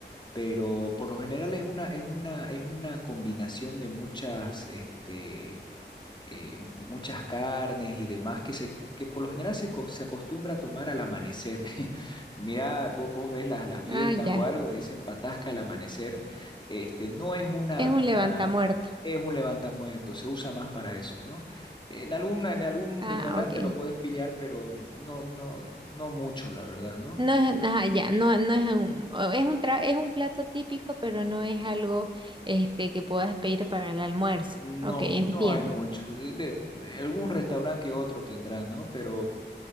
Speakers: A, on the left; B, on the right.
A: pero por lo general es una, es una, es una combinación de muchas, este, eh, muchas carnes y demás que se que por lo general se, co- se acostumbra a tomar al amanecer. <laughs> Mira, vos, vos ves las, las fiestas
B: Ah, ya,
A: o algo, dicen patasca al amanecer. Este, no es una,
B: es un
A: una,
B: levantamuerto.
A: es un levantamuerto, se usa más para eso, ¿no? En alguna, en algún
B: Ah,
A: restaurante
B: ok.
A: lo puedes pillar, pero no, no, no mucho, la verdad, ¿no?
B: No es, ah, ya, no, no es un, o es un tra- es un plato típico, pero no es algo este que puedas pedir para el almuerzo.
A: No,
B: Ok, entiendo.
A: no hay mucho. De, de- de algún restaurante que otro tendrá, ¿no? Pero